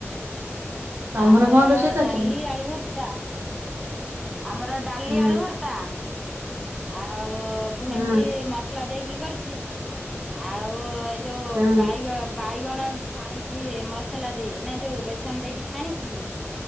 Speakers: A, on the right; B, in the centre.
A: ତମର
B: ଆମର
A: କଣ ରୋଷେଇ କରିଚ
B: ଡାଲି
A: ଲୋ?
B: ଆଳୁ ଭର୍ତା। ଆମର ଡାଲି
A: ହଁ
B: ଆଳୁ ଭର୍ତା। ଆଉ ଭେଣ୍ଡି
A: ହଁ
B: ମସଲା ଦେଇକି କରିଛି ଆଉ ଯୋଉ
A: ହଁ
B: ବାଇଗଣ ବାଇଗଣ ଛାଣିଛି ମସଲା ଦେଇ ନା ଯୋଉ ବେସନ ଦେଇକି। ଛାଣିଚି